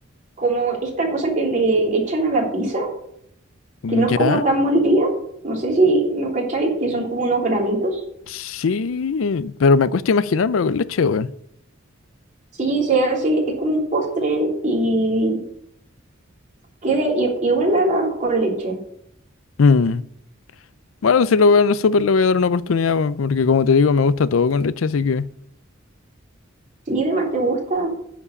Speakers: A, on the right (about 40°); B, on the left (about 80°).
A: como esta cosa que le echan a la pizza,
B: Ya.
A: que no es como tan molida, no sé si lo cacháis, que son como unos granitos.
B: Sí, pero me cuesta imaginármelo con leche, weón.
A: Sí, se hace, es como un postre y queda i- igual al arroz con leche.
B: Mm. Bueno, si lo veo en el súper le voy a dar una oportunidad, weón, porque como te digo, me gusta todo con leche, así que...
A: ¿Y además te gusta?